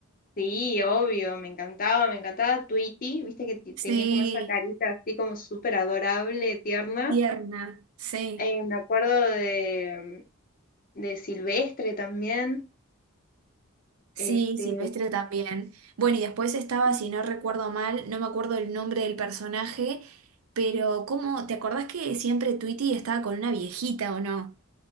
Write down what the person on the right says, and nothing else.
Sí,
tierna, sí.
Sí,
Silvestre también. Bueno, y después estaba,
si no recuerdo mal, no me acuerdo el nombre del personaje, pero ¿cómo? ¿Te acordás que siempre Tweety estaba con una viejita o no?